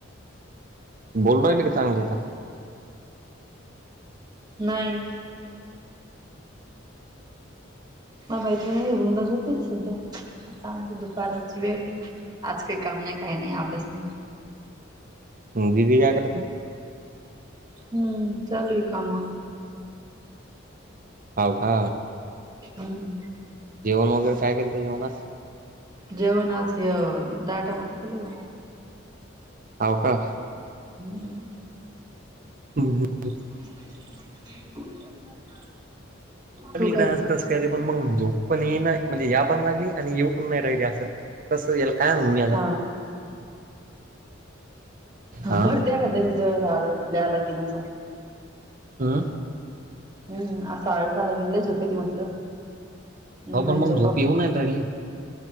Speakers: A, on the right; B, on the right.
A: बोलू राहिले का चांगले आता?
B: नाय मला माहित नाय रुंदा झोपलेली सध्या. आता आमची दुपारची वेळ आज काही काम नाही काही नाही अभ्यास नाही.
A: हम्म दिदी काय करते?
B: हम्म चालूय काम.
A: हाव का!
B: हम्म!
A: जेवण वगैरे काय केलत जेवणास?
B: जेवण आज हे दाळ टमाटे केलं.
A: हाव का!
B: हम्म!
A: <unintelligible>
B: <inaudible>
A: आज
B: तू काय
A: कस काय पण मग झोप पण येईना म्हणजे या पण लागली आणि येऊ पण नाही राहिली असं कसं याला काय म्हणु मी आता?
B: हा
A: हा
B: भरते एखाद्या वेळेस आस
A: आ?
B: हम् असा आळस आला की लय झोप येती म्हटलं.
A: अहो
B: नाही
A: पण मग
B: झोपा
A: झोप येऊ नाय राहिली.